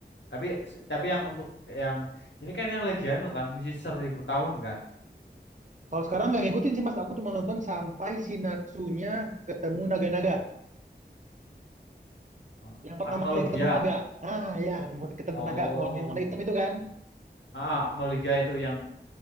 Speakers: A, on the left (about 80°); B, on the right (about 45°).
A: Tapi tapi yang untuk yang ini kan yang lagi anu kan, misi seribu tahun kan.
B: Kalau sekarang nggak ngikutin sih Mas, aku cuma nonton sampai si Natsunya ketemu naga-naga.
A: Eh,
B: Yang pertama
A: Agnologia.
B: kali ketemu naga. Nah, ya ketemu, ketemu
A: Oh.
B: naga aku ngomong yang warna hitam itu kan.
A: Ah, Agno itu yang